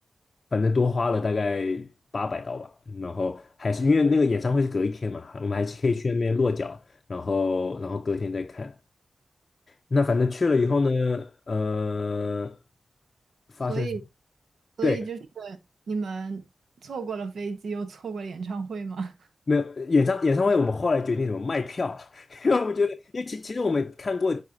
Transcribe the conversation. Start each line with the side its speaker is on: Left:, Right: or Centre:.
Left: 反正多花了大概八百刀吧，然后还是因为那个演唱会是隔一天嘛，我们还是可以去那边落脚，然后然后隔天再看。那反正去了以后呢，呃，发生。
Right: 所以，所以就是
Left: 对，
Right: 你们错过了飞机，又错过了演唱会吗？<laughs>
Left: 没有演唱演唱会，我们后来决定怎么卖票，<laughs> 因为我们觉得，因为其其实我们看过